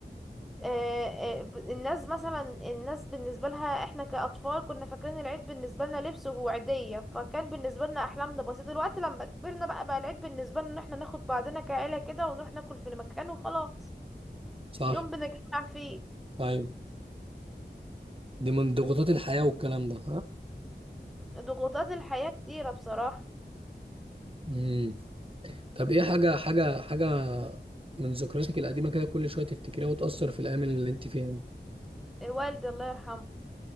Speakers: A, in the centre; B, on the right.
A: آه، آه، ب- الناس مثلا الناس بالنسبة لها احنا كأطفال كنا فاكرين العيد بالنسبة لنا لبس وعيدية فكان بالنسبة لنا أحلامنا بسيطة دلوقتي لما كبرنا بقى بقى العيد بالنسبة لنا ان احنا ناخد بعضنا كعيلة كده ونروح ناكل في مكان وخلاص
B: صح
A: يوم بنتجمع فيه
B: ايوه دي من ضغوطات الحياه والكلام ده ها
A: ضغوطات الحياة كتيرة بصراحة
B: امم طب ايه حاجه حاجه حاجه من ذكرياتك القديمه كده كل شويه تفتكريها وتاثر في الايام اللي انت فيها دي
A: والدي الله يرحمه